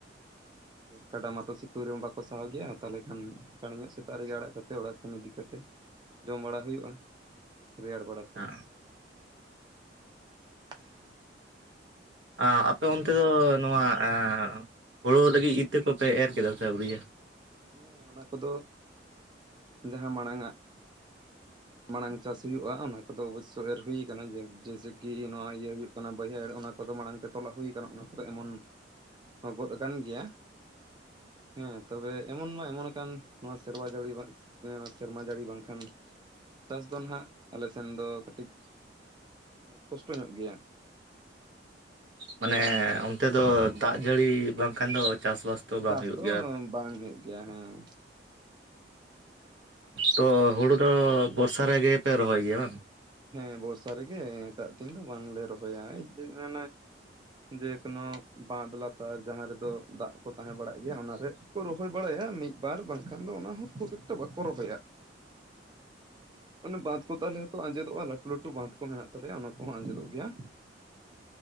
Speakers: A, on the right; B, on the right.
A: ᱟᱨ ᱠᱟᱰᱟ ᱢᱟᱛᱚ ᱥᱤᱛᱩᱝ ᱨᱮᱦᱚᱸ ᱵᱟᱠᱚ ᱥᱟᱦᱟᱣ ᱜᱮᱭᱟ᱾ ᱛᱟᱦᱚᱞᱮ ᱠᱷᱟᱱ ᱪᱟᱬ ᱧᱚᱜ ᱥᱮᱛᱟᱜ ᱨᱮᱜᱮ ᱟᱲᱟᱜ ᱠᱟᱛᱮ ᱚᱲᱟᱜ ᱥᱮᱱ ᱤᱫᱤ ᱠᱟᱛᱮ ᱡᱚᱢ ᱵᱟᱲᱟ ᱦᱩᱭᱩᱜ-ᱟ᱾ ᱨᱮᱭᱟᱲ ᱵᱟᱲᱟ,
B: ᱦᱮᱸ᱾
A: <unintelligible>
B: ᱟᱸ ᱟᱯᱮ ᱚᱱᱛᱮ ᱫᱚ ᱱᱚᱣᱟ ᱮ ᱦᱳᱲᱳ ᱞᱟᱹᱜᱤᱫ ᱤᱛᱟᱹ ᱠᱚᱯᱮ ᱮᱨ ᱠᱮᱫᱟ ᱥᱮ ᱟᱹᱣᱨᱤᱭᱟ?
A: ᱦᱮᱸ ᱚᱱᱟ ᱠᱚᱫᱚ ᱡᱟᱦᱟᱸ ᱢᱟᱲᱟᱝᱼ ᱟᱜ ᱢᱟᱲᱟᱝ ᱪᱟᱥ ᱦᱩᱭᱩᱜᱼᱟ ᱚᱱᱟ ᱠᱚᱫᱚ ᱚᱵᱚᱥᱥᱳ ᱮᱨ ᱦᱩᱭ ᱠᱟᱱᱟ ᱡᱮ ᱡᱮᱭᱥᱮ ᱠᱤ ᱱᱚᱣᱟ ᱤᱭᱟᱹ ᱦᱩᱭᱩᱜ ᱚᱱᱟ ᱵᱟᱹᱭᱦᱟᱹᱲ ᱚᱱᱟ ᱠᱚᱫᱚ ᱢᱟᱲᱟᱝ ᱛᱮ ᱛᱚᱞᱟ ᱦᱩᱭ ᱠᱟᱱᱟ ᱚᱱᱟ ᱠᱚᱫᱚ ᱮᱢᱚᱱ ᱦᱚᱸ ᱜᱚᱫ ᱟᱠᱟᱱ ᱜᱮᱭᱟ, ᱦᱮᱸ ᱛᱚᱵᱮ ᱮᱢᱚᱱ ᱢᱟ ᱮᱢᱚᱱ ᱟᱠᱟᱱ ᱱᱚᱣᱟ ᱥᱮᱨᱣᱟ ᱡᱟᱹᱲᱤ ᱥᱮᱨᱢᱟ ᱡᱟᱹᱲᱤ ᱵᱟᱝᱠᱷᱟᱱ ᱪᱟᱥ ᱫᱚ ᱱᱟᱦᱟᱜ ᱟᱞᱮ ᱥᱮᱱ ᱫᱚ ᱠᱟᱹᱴᱤᱡ ᱠᱚᱥᱴᱚ ᱧᱚᱜ ᱜᱮᱭᱟ᱾
B: ᱢᱟᱱᱮ ᱚᱱᱛᱮ ᱫᱚ ᱫᱟᱜ ᱡᱟᱹᱲᱤ ᱵᱟᱝᱠᱷᱟᱱ ᱫᱚ ᱪᱟᱥᱵᱟᱥ ᱵᱟᱝ
A: ᱪᱟᱥ
B: ᱦᱩᱭᱩᱜ
A: ᱫᱚ
B: ᱜᱮᱭᱟ
A: ᱵᱟᱝ ᱦᱩᱭᱩᱜ ᱜᱮᱭᱟ ᱦᱮᱸ᱾
B: ᱛᱚ ᱦᱩᱲᱩ ᱫᱚ ᱵᱚᱨᱥᱟ ᱨᱮᱜᱮᱯᱮ ᱨᱚᱦᱚᱭ ᱜᱮᱭᱟ ᱵᱟᱝ?
A: ᱦᱮᱸ ᱵᱚᱨᱥᱟ ᱨᱮᱜᱮ ᱮᱴᱟᱜ ᱫᱤᱱ ᱫᱚ ᱵᱟᱝᱞᱮ ᱨᱚᱦᱚᱭᱟ ᱤᱛᱟᱹ ᱡᱮᱠᱳᱱᱳ ᱵᱟᱸᱫ ᱞᱟᱛᱟᱨ ᱡᱟᱦᱟᱸ ᱨᱮᱫᱚ ᱫᱟᱜ ᱠᱚ ᱛᱟᱦᱮᱸ ᱵᱟᱲᱟᱜ ᱜᱮᱭᱟ ᱚᱱᱟᱨᱮᱠᱚ ᱨᱚᱦᱚᱭ ᱵᱟᱲᱟᱭᱟ ᱢᱤᱫ ᱵᱟᱨ ᱵᱟᱝᱠᱷᱟᱱ ᱫᱚ ᱚᱱᱟ ᱦᱚᱸ ᱠᱷᱩᱵ ᱮᱠᱴᱟ ᱵᱟᱠᱚ ᱨᱚᱦᱚᱭᱟ᱾ ᱚᱱᱟ ᱵᱟᱸᱫ ᱠᱚ ᱛᱟᱞᱮ ᱟᱸᱡᱮᱫᱚᱜ-ᱟ ᱞᱟᱹᱴᱩ ᱞᱟᱹᱴᱩ ᱵᱟᱸᱫ ᱠᱚ ᱢᱮᱱᱟᱜ ᱛᱟᱞᱮᱭᱟ ᱚᱱᱟ ᱠᱚᱦᱚᱸ ᱟᱸᱡᱮᱫᱚᱜ ᱜᱮᱭᱟ᱾